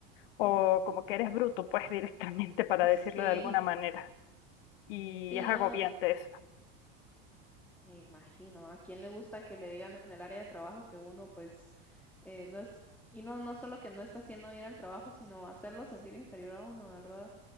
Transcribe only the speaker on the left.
o
como que eres bruto, pues <laughs> directamente para
decirlo de alguna manera y
es
agobiante
eso.